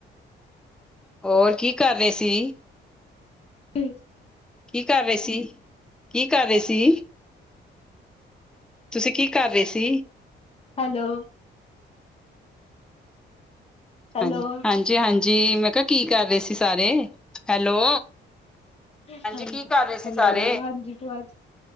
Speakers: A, in the centre; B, on the left.
A: ਹੋਰ ਕੀ ਕਰ ਰਹੇ ਸੀ।
B: ਹਮ।
A: ਕੀ ਕਰ ਰਹੇ ਸੀ। ਕੀ ਕਰ ਰਹੇ ਸੀ। ਤੁਸੀਂ ਕੀ ਕਰ ਰਹੇ ਸੀ
B: ਹੈਲੋ। ਹੈਲੋ
A: ਹਾਂ ਹਾਂਜੀ ਹਾਂਜੀ ਮੈਂ ਕਿਹਾ ਕੀ ਕਰ ਰਹੇ ਸੀ ਸਾਰੇ ਹੈਲੋ।
B: ਹਾਂਜੀ
A: ਕੀ ਕਰ ਰਹੇ ਸੀ ਸਾਰੇ
B: ਹੈਲੋ ਹਾਂਜੀ ਭੂਆ